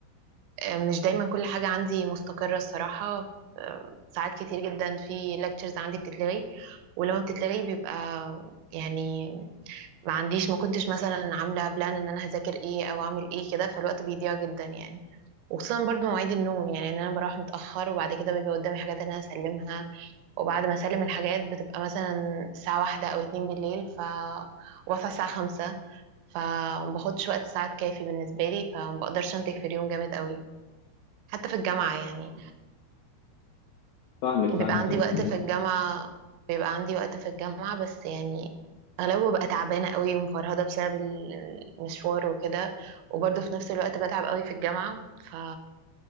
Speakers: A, on the right (about 85°); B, on the left (about 80°).
A: مش دايما كل حاجة عندي مستقرة الصراحة آه، ساعات كتير جدا في lectures عندي بتتلغي ولما بتتلغي بيبقى يعني ما عنديش ما كنتش مثلا عاملة بلان ان انا هذاكر ايه او اعمل ايه كده فالوقت بيضيع جدا يعني وخصوصا برضو مواعيد النوم يعني ان انا بروح متأخر وبعد كده بيبقى قدامي حاجات ان انا اسلمها وبعد ما اسلم الحاجات بتبقى مثلا الساعة واحدة او اتنين بالليل ف واصحى الساعة خمسة فمباخدش وقت ساعات كافي بالنسبة لي فمبقدرش انتج في اليوم جامد قوي حتى في الجامعة يعني
B: فاهمك
A: بيبقى
B: فاهمك
A: عندي
B: انت
A: وقت في الجامعة بيبقى عندي وقت في الجامعة بس يعني أغلبه ببقى تعبانة قوي ومفرهدة بسبب ال- المشوار وكده وبرضه في نفس الوقت بتعب قوي في الجامعة ف...